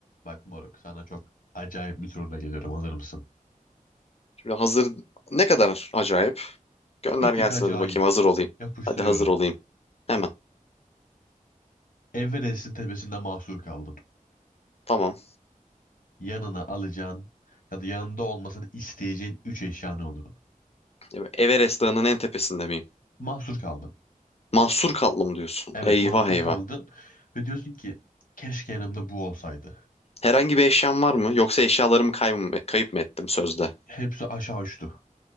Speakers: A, on the left (about 75°); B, on the left (about 45°).
A: Bak moruk sana çok acayip bir soruna geliyorum. Hazır mısın?
B: Şimdi hazır ne kadar acayip. Gönder
A: Bir tık
B: gelsin
A: acayip.
B: hadi bakayım hazır olayım.
A: Yapıştırıyorum.
B: Hadi hazır olayım. Hemen.
A: Everest'in tepesinde mahsur kaldın.
B: Tamam.
A: Yanına alacağın ya da yanında olmasını isteyeceğin 3 eşya ne olurdu?
B: Ya ben Everest Dağı'nın en tepesinde miyim?
A: Mahsur kaldın.
B: Mahsur kaldım diyorsun.
A: Evet
B: Eyvah
A: mahsur
B: eyvah.
A: kaldın. Ve diyorsun ki keşke yanımda bu olsaydı.
B: Herhangi bir eşyam var mı? Yoksa eşyalarımı kayıp mı, kayıp mı ettim sözde?
A: Hepsi aşağı uçtu.